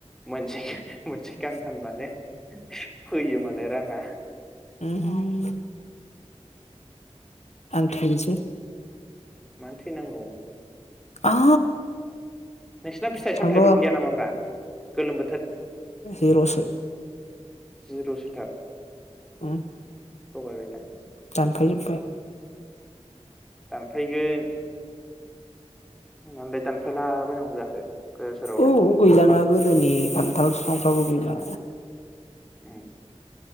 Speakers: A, in the centre; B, on the left.
A: मोनसे <inaudible> मोनसे गान फानबानो फैयो मालाय। <inaudible>
B: ओहोम। आं थैनोसै।
A: मानो थैनांगौ?
B: आ।
A: नोंसिनाव फिथाइ
B: थांद''
A: सामथाइफोर गैया नामाब्रा गोलोम
B: <inaudible>
A: जिर' सोथार।
B: उम।
A: थगायबाय था।
B: दानफायजोबबाय।
A: दानफायगोन माननलाय दानफालाबायनांगौ जाखो? गोदाव सोरावलाय
B: औ गैलाना गोदोनि खान्थाल फिफां बो गैला
A: उम